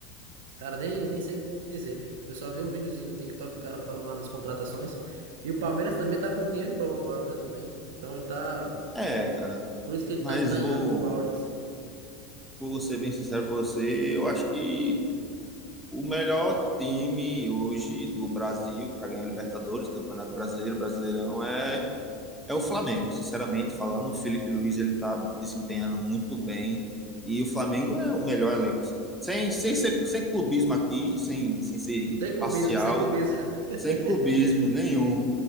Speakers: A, on the right (about 75°); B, in the centre.
A: Cara, nem, nem sei dizer. Eu só vi um videozinho no TikTok, o cara falando lá das contratações. E o Palmeiras também tá com um dinheiro bom agora, né? Também. Então ele tá.
B: É, cara.
A: Por isso que ele
B: Mas
A: tá, tá
B: vou,
A: em au- no auge, assim.
B: vou ser bem sincero pra você, eu acho que o melhor time hoje do Brasil para ganhar Libertadores, Campeonato Brasileiro, Brasileirão é é o Flamengo. Sinceramente falando, o Felipe Luiz ele tá desempenhando muito bem e o Flamengo é o melhor elenco. Sem sem ser- sem clubismo aqui, sem sem ser imparcial,
A: Sem clubismo, sem clubismo.
B: sem clubismo
A: <laughs>
B: nenhum.